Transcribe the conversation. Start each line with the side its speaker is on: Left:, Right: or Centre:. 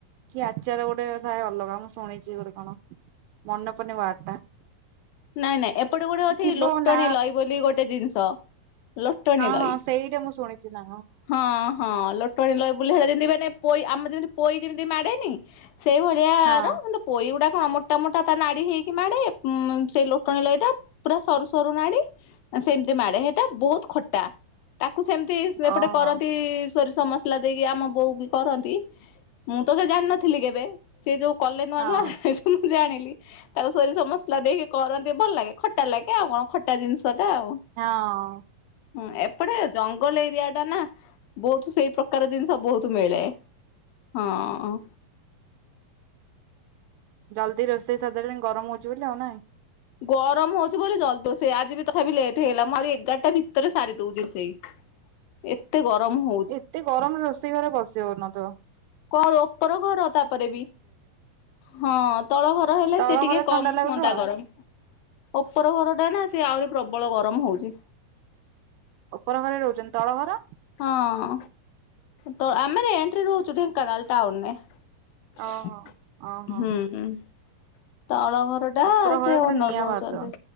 Right: କି ଆଚାର ଗୋଟେ ଥାଏ ଅଲଗା ମୁଁ ଶୁଣିଛି ଗୋଟେ କଣ ମନେ ପଡୁନି ୱାର୍ଡ ଟା।
Left: ନାଇଁ, ନାଇଁ, ଏପଟେ ଗୋଟେ ଅଛି
Right: ଥିବ
Left: ଲୋଟଣୀ
Right: ନା
Left: ଲଈ ବୋଲି ଗୋଟେ ଜିନିଷ। ଲଟଣୀ
Right: ହଁ
Left: ଲଈ,
Right: ହଁ ସେଇଟା ମୁଁ ଶୁଣିଛି ନା
Left: ହଁ, ହଁ, ଲ ଟଣି ଲଈ ବୋଲି ସେଡ଼ା ଯେମତି ମାନେ ପ ଆମର ଯେମିତି ପୋଇ ଯେମିତି ମାଡ଼େନି ସେଇଭଳିଆ
Right: ହଁ।
Left: ନ୍ତୁ ପୋଇ ଗୁଡା କଣ ମୋଟା ମୋଟା ତା ନାଡ଼ି ହେଇକି ମାଡ଼େ। ଉଁ ସେଇ ଲୋଟଣୀ ଲଈ ଟା ପୁରା ସରୁ ସରୁ ନାଡି। ସେମିତି ମାଡେ ସେଇଟା ବହୁତ ଖଟା ତାକୁ ସେମିତି ଏପଟେ
Right: ଓହୋ
Left: କରନ୍ତି। ସୋରିଷ ମସଲା ଦେଇକି ଆମ ବୋଉ ବି କରନ୍ତି, ମୁଁ ତ ଜାଣିନଥିଲି କେବେ? ସେ ଯୋଉ କଲେ ନୂଆ
Right: ହଁ
Left: ନୁଆଁ ସେ ମୁଁ ଜାଣିଲି ତାକୁ ସୋରିଷ ମସ ଲା ଦେଇକି କରନ୍ତି ଭଲ ଲାଗେ ଖଟା ଲାଗେ ଆଉ କଣ ଖଟା ଜିନିଷଟା ଆଉ।
Right: ହଁ।
Left: ହୁଁ ଏପଟେ ଜଙ୍ଗଲ ଏରିଆ ଟା ନା। ବହୁତ ସେଇ ପ୍ରକାର ଜିନିଷ ବହୁତ ମିଳେ ହଁ।
Right: ଜଲ୍ଦି ରୋଷେଇ ସାରାଲେଣି ଗରମ ହଉଛି ବୋଲି ଆଉ ନାଇଁ?
Left: ଗରମ ହଉଛି ବୋଲି ଜଲ୍ଦ ସେ ଆଜି ବି ତଥାପି ଲେଟ୍ ହେଇଗଲା, ମୁଁ ଆରି ଏଗାରଟା ଭିତରେ ସାରି ଦଉଛି ରୋଷେଇ। ଏତେ ଗରମ ହ
Right: ଏତେ ଗରମରେ ରୋଷେଇ ଘରେ ପଶିହଉନଥିବ?
Left: କଣ ଉପର ଘର ତାପରେ ବି? ହଁ ତଳ ଘର ହେଲେ
Right: ତଳ
Left: ସେ ଟିକେ
Right: ଘରେ ଥଣ୍ଡା
Left: କମ୍
Right: ଲାଗୁଥିବ
Left: ହୁଅନ୍ତା ଗରମ। ଗୁପର <unintelligible> ଟା ନା ସିଏ ଆହୁରି ପ୍ରବଳ ଗରମ ହଉଛି।
Right: ଉପର ଘରେ ରହୁଛନ୍ତି ତଳ ଘର?
Left: ହଁ, ତ ଆମେ ରେଣ୍ଟରେ ରହୁଛୁ ଢେଙ୍କାନାଲ ଟାଉନରେ। ହୁଁ,
Right: ଓହୋ ଓହୋ।
Left: ହୁଁ। ତଳ ଘର ଟା
Right: ଉପର
Left: ସେ
Right: ଘରେ ପୁରା
Left: ଓନର୍
Right: ନିଆଁ
Left: ରହୁଛନ୍ତି।
Right: ବାହାରୁଥିବ।